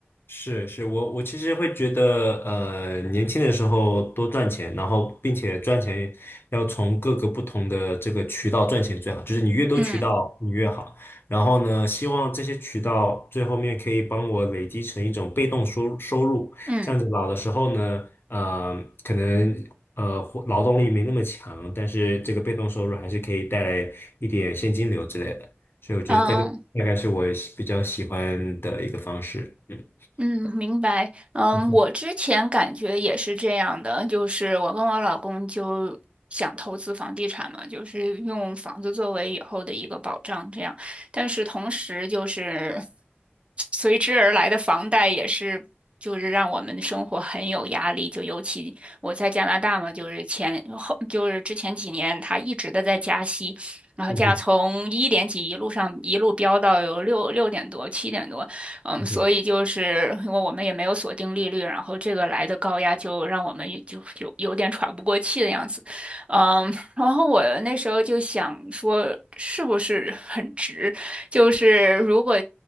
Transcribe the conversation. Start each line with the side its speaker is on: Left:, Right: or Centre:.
Left: 是是，我我其实会觉得，呃，年轻的时候多赚钱，然后并且赚钱要从各个不同的这个渠道赚钱最好，就是你越多渠道你越好。
Right: 嗯
Left: 然后呢，希望这些渠道最后面可以帮我累积成一种被动收收入，
Right: 嗯
Left: 这样子老的时候呢，呃，可能呃活劳动力没那么强，但是这个被动收入还是可以带来一点现金流之类的。所以我觉得这个大概是我喜比较喜欢的一个方式，
Right: 嗯。
Left: 嗯。
Right: 嗯，明白。嗯，
Left: 嗯哼，
Right: 我之前感觉也是这样的，就是我跟我老公就想投资房地产嘛，就是用房子作为以后的一个保障，这样。但是同时就是 <laughs> 随之而来的房贷也是，就是让我们的生活很有压力。就尤其我在加拿大嘛，就是前后就是之前几年，他一直的在加息。然后价从一点几一路上一路飙到有六六点多、
Left: 嗯哼，
Right: 七点多，嗯，
Left: 嗯哼，
Right: 所以就是因为我们也没有锁定利率，然后这个来的高压就让我们就有有点喘不过气的样子，嗯，然后我那时候就想说，是不是很值？就是如果